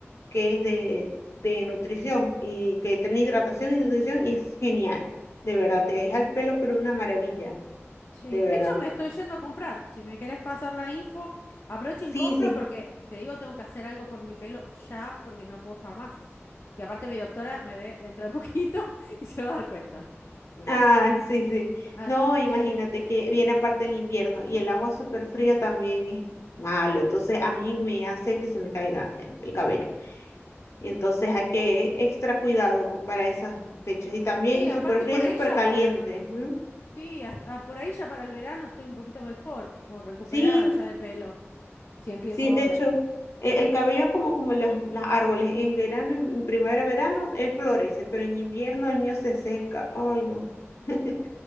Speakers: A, on the left; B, on the left.
A: que es de, de nutrición y que tiene hidratación y nutrición y es genial. De verdad, te deja el pelo, pero una maravilla.
B: sí.
A: De
B: De
A: verdad.
B: hecho, me estoy yendo a comprar. Si me querés pasar la info, aprovechen,
A: Sí,
B: compro
A: sí.
B: porque te digo, tengo que hacer algo por mi pelo ya porque no puedo estar más así. Y aparte, mi doctora me ve dentro de poquito <laughs> y se va a dar cuenta. Si
A: Ah,
B: no.
A: sí, sí.
B: Así
A: No,
B: que,
A: imagínate que viene aparte el invierno y el agua súper fría también es malo. Entonces a mí me hace que se me caiga el, el cabello. Y entonces hay que extra cuidado co- para esas fechas. Y también
B: sí, aparte
A: súper fría
B: por
A: y
B: ahí
A: súper
B: ya
A: caliente.
B: para.
A: ujú.
B: Sí, hasta- ah, por ahí ya para el verano estoy un poquito mejor o recuperada
A: Sí,
B: ya de pelo, si empiezo
A: sí,
B: ahora.
A: de hecho, e- el cabello es como, como los, los árboles. En verano, en en primavera, verano, él florece, pero en invierno el mío se seca. Ay, no. <laughs>